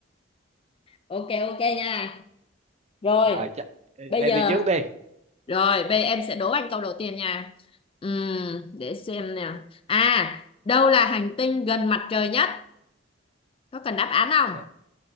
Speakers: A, on the left; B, on the right.
A: Ok ok nha. Rồi,
B: rồi chắc,
A: bây
B: em
A: giờ
B: đi trước đi
A: rồi bây em sẽ đố anh câu đầu tiên nha. Ừm, để xem nè. À, đâu là hành tinh gần mặt trời nhất? Có cần đáp án không?
B: Đ-